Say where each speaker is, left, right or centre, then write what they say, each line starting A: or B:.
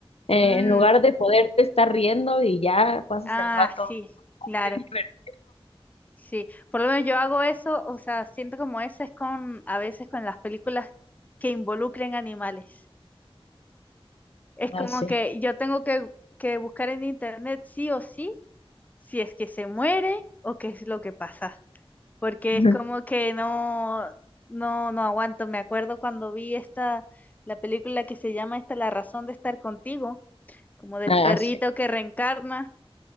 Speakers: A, on the left (about 75°); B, on the left (about 15°).
A: eh,
B: Mm.
A: en lugar de poderte estar riendo y ya pasas
B: Ah,
A: el rato
B: sí, claro,
A: bien divertido.
B: sí. Por lo menos yo hago eso, o sea, siento como eso es con, a veces con las películas que involucren animales. Es como
A: No sé.
B: que yo tengo que, que buscar en internet sí o sí si es que se muere o qué es lo que pasa. Porque
A: Ujú.
B: es como que no, no, no aguanto. Me acuerdo cuando vi esta, la película que se llama esta, La razón de estar contigo, como del
A: Ah,
B: perrito
A: sí.
B: que reencarna.